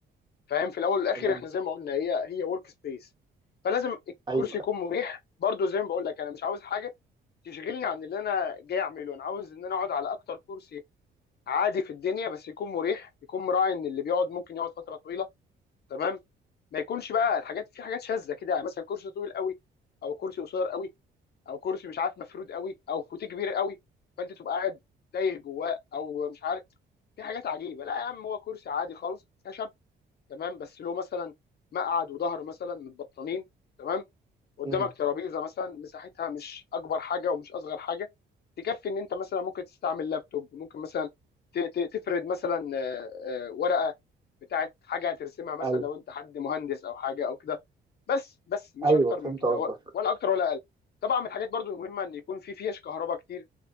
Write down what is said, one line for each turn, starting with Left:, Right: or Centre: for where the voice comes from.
Left: فاهم في الاول والاخر
Right: تمام
Left: احنا زي ما قلنا هي هي ورك سبيس فلازم الكرسي
Right: ايوه
Left: يكون مريح برضو زي ما بقول لك انا مش عاوز حاجه تشغلني عن اللي انا جاي اعمله انا عاوز ان انا اقعد على اكتر كرسي عادي في الدنيا بس يكون مريح يكون مراعي ان اللي بيقعد ممكن يقعد فتره طويله تمام ما يكونش بقى الحاجات في حاجات شاذه كده يعني مثلا كرسي طويل قوي او كرسي قصير قوي او كرسي مش عارف مفرود قوي او فوتيه كبير قوي فانت تبقى قاعد تايه جواه او مش عارف في حاجات عجيبه لا يا عم هو كرسي عادي خالص خشب تمام بس له مثلا مقعد وظهر مثلا متبطنين تمام قدامك
Right: امم
Left: ترابيزه مثلا مساحتها مش اكبر حاجه ومش اصغر حاجه تكفي ان انت مثلا ممكن تستعمل لابتوب ممكن مثلا ت- ت- تفرد مثلا آه، آه، ورقه بتاعت حاجه هترسمها مثلا
Right: ايوه
Left: لو انت حد مهندس او حاجه او كده بس بس مش
Right: ايوه
Left: اكتر
Right: فهمت
Left: من كده
Right: قصدك
Left: و- ولا اكتر ولا اقل طبعا من الحاجات برضو المهمه ان يكون في فيش كهرباء كتير